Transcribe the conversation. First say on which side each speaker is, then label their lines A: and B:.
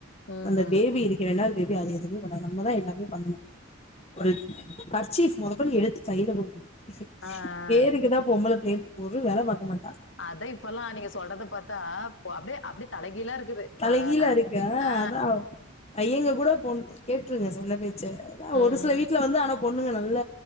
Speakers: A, on the left; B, on the left.
A: ம்
B: அந்த
A: ம்
B: பேபி இருக்குற ரண்டாது பேப் பி அது எதுமே பண்ணாது நம்மதா எல்லாமே பண்ணணு ஒரு கர்ச்சீஃப் மொத கொண்டு எடுத்து கையில குடுக்
A: ஆ
B: பேருக்குதா
A: ஆ.
B: பொம்பள பிள்ளேன் ஒரு வேல பாக்க மாட்
A: அத்தா இப்பல்லா நீங்க சொல்றத பாத்தா பொ- அப்படியே அப்படியே தலைகீழா இருக்குது
B: தலகீலாருக்கே
A: பொ- ஆ,
B: அதா அவ் பையங்க கூடோ பொண் கேட்ருங்க சொன்ன பேச்ச அதா
A: ம்.
B: ஒரு சில வீட்ல வந்து அனுப் பொண்ணுங்க நல்ல